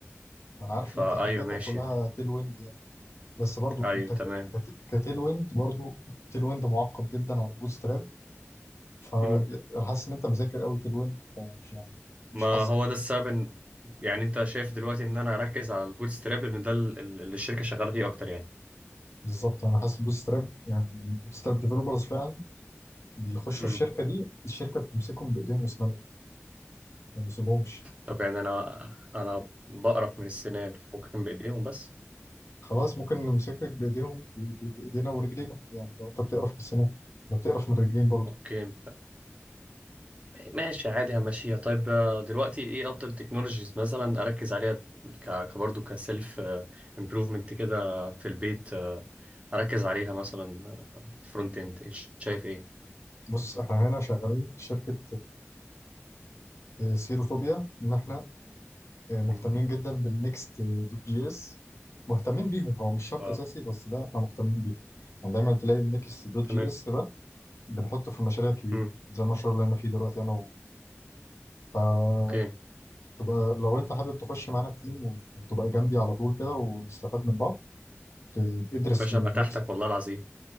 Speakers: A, on the left; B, on the right.
A: انا عارف
B: فا
A: ان انت خلفيتك
B: ايوه ماشي
A: كلها
B: يعني
A: تيل ويند يعني بس برضو
B: ايوه
A: انت ك-
B: تمام
A: كت- كتيل ويند برضو تيل ويند معقد جدا عن بوت ستراب فانا
B: مم.
A: حاسس ان انت مذاكر قوي تيل ويند مش يعني مش
B: ما
A: حاسك
B: هو ده السبب ان يعني انت شايف دلوقتي ان انا اركز على البوت ستراب لان ده ال- ال- اللي الشركه شغاله فيه اكتر يعني
A: بالظبط انا حاسس بوت ستراب يعني البوت ستراب ديفلوبرز فعلا بيخشوا
B: مم.
A: الشركه دي الشركه بتمسكهم بايديهم واسنانها ما بيسيبهمش
B: طب يعني انا انا بقرف من السنان ممكن بايديهم بس
A: خلاص ممكن نمسكك بايديهم ب- ب- بايدينا ورجلينا يعني لو انت بتقرف من السنان ما بتقرف من الرجلين برضه
B: اوكي ماشي عادي همشيها طيب آه، دلوقتي ايه افضل تكنولوجيز مثلا اركز عليها ك ك- برضه كسيلف امبروفمنت كده في البيت آه، اركز عليها مثلا فرونت اند شايف ايه
A: بص احنا هنا شغالين في شركه آه، سيروتوبيا ان احنا آه، مهتمين
B: مم.
A: جدا بالنكست دوت جي اس مهتمين بيهم هو مش شرط
B: اه
A: اساسي بس ده احنا مهتمين بيهم يعني دايما تلاقي النكست دوت
B: تمام
A: جي اس ده بنحطه في المشاريع الكبيره
B: مم.
A: زي المشروع اللي انا فيه دلوقتي انا وخالد
B: اوكي يا
A: تبقى لو انت حابب تخش معانا التيم وتبقى جنبي على طول كده ونستفاد من بعض ت- ادرس
B: باشا
A: نيكست
B: ابقى تحتك والله العظيم